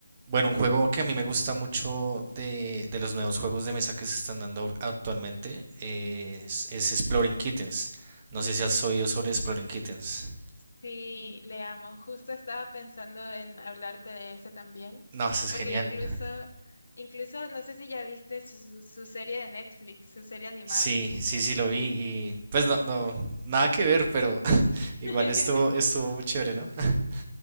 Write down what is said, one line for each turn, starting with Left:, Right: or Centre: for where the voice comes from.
Right: Bueno, un juego que a mí me gusta mucho de, de los nuevos juegos de mesa que se están dando ahor- actualmente eh, es, es Exploring Kittens. No sé si has oído sobre Exploring Kittens.
Left: Sí, le amo. Justo estaba pensando en hablarte de eso también,
Right: No, eso es
Left: porque
Right: genial.
Left: incluso, incluso, no sé si ya viste su, su- serie de Netflix, su serie animada.
Right: Sí, sí, sí lo vi y pues no, no, nada que ver, pero <laughs>
Left: <laughs>
Right: igual estuvo, estuvo muy chévere, ¿no? <laughs>